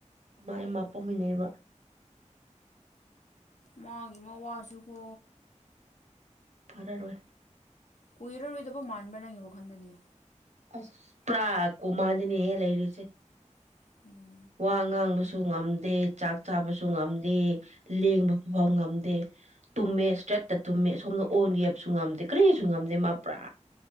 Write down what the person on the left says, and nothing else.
ꯃꯥꯒꯤ ꯃꯥꯋꯥ ꯁꯨꯨꯀꯣ
ꯀꯨꯏꯔꯔꯣꯏꯗꯕ ꯃꯥꯟꯕ꯭ꯔ ꯅꯪꯒꯤ ꯋꯥꯈꯜꯗꯅꯤ
<inaudible>